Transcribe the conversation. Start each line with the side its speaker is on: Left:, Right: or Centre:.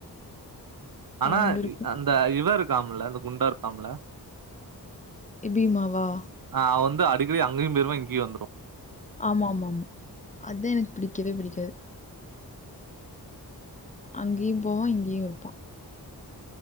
Right: ஆனா
Left: பன்னெண்டு இருக்கு
Right: அந்த இவெ இருக்காமுல்ல இந்த குண்டா இருக்காமுல
Left: இபீமாவா
Right: ஆ அவெ வந்து அடிக்கடி அங்கியும் போயிருவா இங்கியு வந்துரு
Left: ஆமா மா ம் அத்தா எனக் பிடிக்கவே பிடிக்காது அங்கியும் போவா இங்கியு இருப்பா